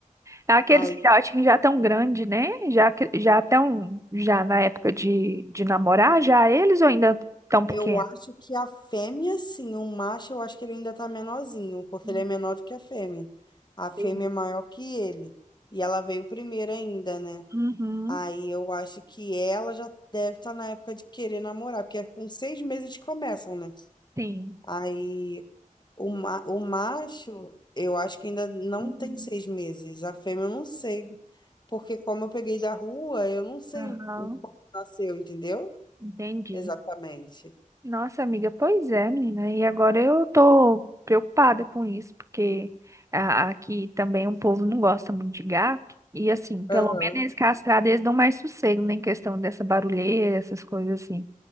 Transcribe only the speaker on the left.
ai,
Eu acho que a fêmea, sim, o macho, eu acho que ele ainda tá menorzinho, porque
ele é menor do que a fêmea. A fêmea
é maior que ele. E ela veio primeiro ainda, né?
Aí eu acho que ela já deve estar na época de querer namorar, porque é com seis meses eles começam, né?
Aí o, ma o macho, eu acho que ainda não
tem seis meses. A fêmea eu não sei. Porque como eu peguei da rua, eu não sei
o quando nasceu, entendeu?
Exatamente.
Aham.